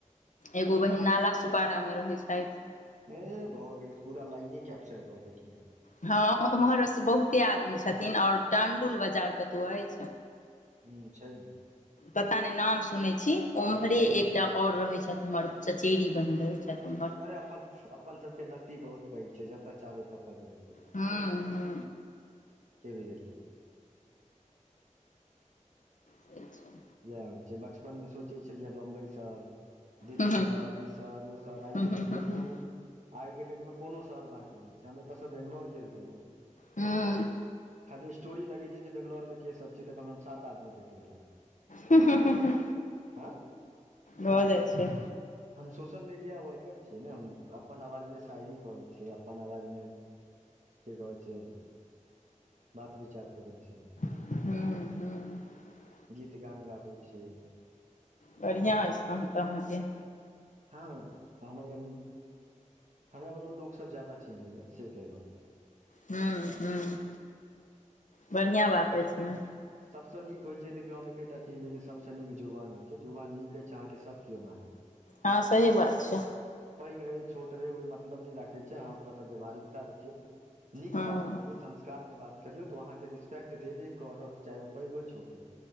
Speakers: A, on the left; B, on the right.
A: एगो
B: अरे
A: बहिन नाला सुपारा में रहै छैथ
B: नय नय भऽ गेल पूरा लाइने कैप्चर कऽ देलियै आहां
A: हँ ओम्हरसँ बहुते आदमी छथिन और टाणडुल बाजार कतौ ऐछ
B: ह्म छै ने
A: पता नय नाम सुनै छी ओम्हरे
B: हूँ
A: एकटा और रहै छथिन हमर चचेरी बहिन रहे छथिन
B: अरे अपन अपन सबके लत्ती बहुत पैघ छै जतए चाहबे ततए बढ़ जेबै
A: हँ हँ
B: के भी
A: से छै
B: इएह होइ छय बचपनमे सोचै छलियै बम्बई सहर दिल्ली
A: हूँ हूँ
B: सर ई सर ओ सर आइ
A: हूँ
B: के
A: हूँ
B: डेट
A: हूँ
B: में कोनो आइ के डेट में कोनो सर बाकी एतयसँ बेैंगलोर गेल रहियै
A: हूँ
B: खाली स्टोरी लगेलियै जे बेंगलौर केसभिय तऽ कमात आदमी भेट गेलथि
A: हू हू हूँ हूँ
B: आ
A: भऽ जाइ छै
B: हम सोशल मीडिया वर्कर छियै ने हम अपन आवाजमे शायरी कहै छियै अपन आवाज में की कहै छै बात विचार करै छै
A: हम्म हम्म
B: गीत गान गाबय छियै
A: बढ़िआँ अइछ कन तऽ अहाँके
B: हँ तऽ हमर कनी हमरा लोकसभ ज्यादा चिन्हैए से कहि रहल छी
A: हम्म हम्म बढ़िआँ बात
B: छी
A: अछि ने
B: सभसँ नीक होइत छै देखियौ हम एक एकटा चीज सभसँ नीक जुवान होइत छै जुवान नीक अछि छै अहाँके सभ केओ मानत
A: हँ सही बात छै
B: पैघ रहै छोट रहै ओहि मतलब नहि राखैत छै अहाँ ओकरासँ व्यवहारिकता रखियौ नीक
A: हँ
B: बात बढ़ियौ संस्कारमे बात करियौ तऽ ओ अहाँके रिस्पेक्ट देबे करत चाहे ओ पैघ होइ छोट होइ